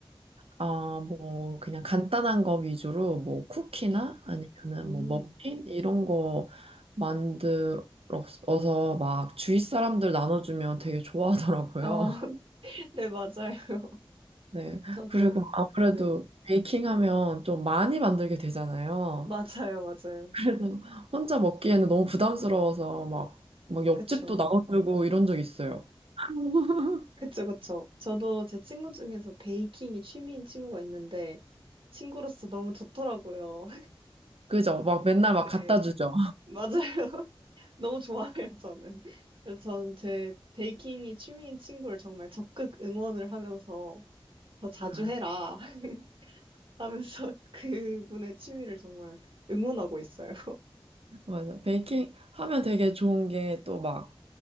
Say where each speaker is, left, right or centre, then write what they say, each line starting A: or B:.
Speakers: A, on the right (about 80°); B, on the right (about 65°).
A: 아, 뭐, 그냥 간단한 거 위주로 뭐 쿠키나
B: 네.
A: 아니면은
B: 음.
A: 뭐 머핀? 이런 거 만들어서 막 주위 사람들 나눠주면 되게 좋아하더라고요.
B: 어, <laughs> 네, 맞아요. <laughs>
A: <laughs> 네.
B: 저도,
A: 그리고 아무래도
B: 네.
A: 베이킹 하면 좀 많이 만들게 되잖아요.
B: 맞아요, 맞아요.
A: 그래서 혼자 먹기에는 너무 부담스러워서 막, 막 옆집도
B: 그쵸.
A: 나눠주고 이런 적 있어요. <laughs>
B: 그쵸, 그쵸. 저도 제 친구 중에서 베이킹이 취미인 친구가 있는데, 친구로서 너무 좋더라고요. <laughs>
A: 그죠? 막 맨날 막
B: 네.
A: 갖다 주죠.
B: 맞아요. 너무 좋아해요, 저는. 그래서 전 제 베이킹이 취미인 친구를 정말 적극 응원을 하면서 더 자주
A: 아,
B: 해라 <laughs> 하면서 그분의 취미를 정말 응원하고 있어요.
A: 맞아. 베이킹 하면 되게 좋은 게 또 막,